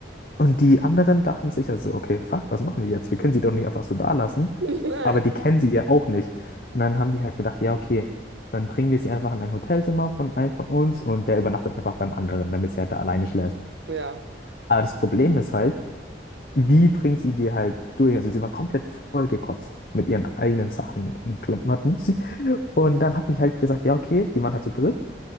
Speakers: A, on the left (about 50°); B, on the right (about 85°).
A: Und die anderen dachten sich also, okay, fuck, was machen wir jetzt? Wir können sie doch nicht einfach so da lassen.
B: <laughs> Nein.
A: Aber die kennen sie ja auch nicht. Und dann haben die halt gedacht, ja, okay, dann bringen wir sie einfach in ein Hotelzimmer von einem von uns und der übernachtet einfach beim anderen, damit sie halt da alleine schläft.
B: Ja.
A: Aber das Problem ist halt, wie bringt sie die halt durch? Also sie war komplett vollgekotzt mit ihren eigenen Sachen und Klamotten. Und dann hat mich halt gesagt, ja, okay, die waren halt zu dritt.